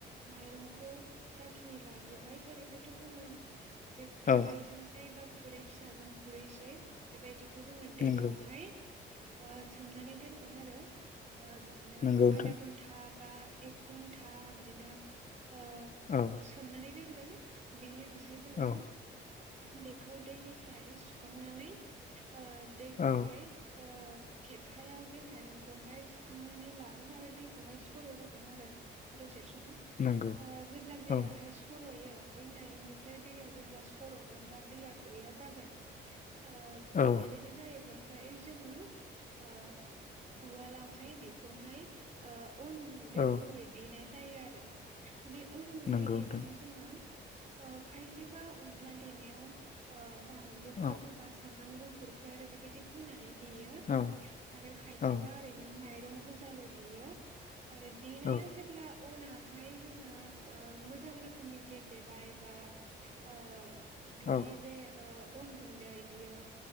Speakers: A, on the right (about 35°); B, on the left (about 40°).
A: माइरंखौ जाखिनि लाग्रोबाय ओरैनोथ' जोङो एसे खुरैजोंहाय
B: औ
A: बा खुरै फिसाजों खुरैसे बेबायदिखौ जोङो दैयावहाय
B: नंगौ
A: ओ सोमनानै दोनगोन आरो ओ बिदिनो
B: नंगौ नोंथां
A: आधा घन्टा बा एक घन्टा बिदिनो ओ
B: औ
A: सोमनानै दोनगोन बिनि उनाव हाय जोङो
B: औ
A: बेखौ दैनिफ्राय सुखांनानै ओ दैखौहाय
B: औ
A: ओ खेरखायाव जे माइरंखौहाय सुखांनानै लागोन आरो दैखौहाय सर' होगोन आरो। दसे सम
B: नंगौ
A: ओ जेब्ला दैयाहाय
B: औ
A: सर'यो बै माइरंनिफ्राय दैया जेब्ला सर'गोन बा दैया गैया जागोन ओ
B: औ
A: बेबायदि जायोब्ला थाय जोङो ओ उवालावहाय बेखौहाय ओ अन गुन्दै
B: औ
A: महरै देनाय जायो आरो बे अन गुन्दै
B: नंगौ
A: देनायाव
B: नोंथां
A: जोङो ओ खायसेबा अनला देनायाव ओ बानलुफोर
B: औ
A: होबा सा मब्राम गुफुरफोर बेबायदि होनानै देयो
B: औ
A: आरो खायसेबा
B: औ
A: ओरैनो माइ रं गोजाल' देयो। आरो देनाया
B: औ
A: जेब्ला अनाहाय जोंना ओ मोजां रोखोमनि गेब्लेबाय बा ओ बिनि
B: औ
A: जे ओ अन गुन्दै बियो